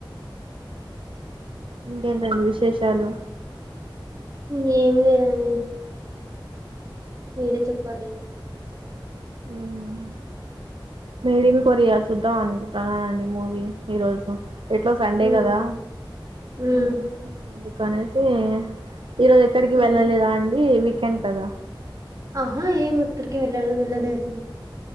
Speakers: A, on the right; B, on the right.
A: ఇంకేంటండి విశేషాలు
B: ఇంగ ఏం లేదని మీరే చెప్పాలి
A: వమ్ మేడ్ ఇన్ కొరియా చూద్దాం అనుకుంటున్నా అండి మూవీ ఈరోజు ఎట్లో సండే
B: ఉమ్
A: కదా
B: ఉమ్
A: అమ అందు అనేసి ఈరోజు ఎక్కడికి
B: ఉమ్
A: వెళ్ళలేదా అండి వీకెండ్ కదా
B: అహా ఏం ఎక్కడికి వెళ్ళ వెళ్ళలేదు